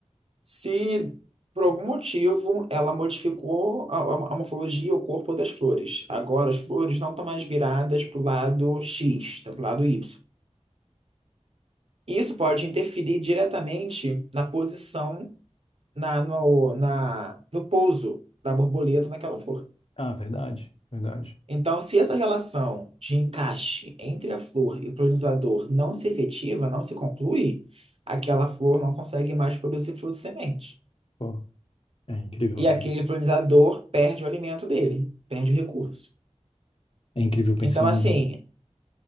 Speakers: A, on the right (about 55°); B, on the left (about 55°).
A: Se por algum motivo ela modificou a, a- a morfologia, o corpo das flores. Agora as flores não estão mais viradas para o lado X, estão para o lado Y. Isso pode interferir diretamente na posição, na, no, na, no pouso da borboleta naquela flor.
B: Ah, verdade, verdade.
A: Então, se essa relação de encaixe entre a flor e o polinizador não se efetiva, não se conclui, aquela flor não consegue mais produzir fruto e semente.
B: Pô, é incrível,
A: E
B: né?
A: aquele polinizador perde o alimento dele, perde o recurso.
B: É incrível pensando.
A: Então, assim,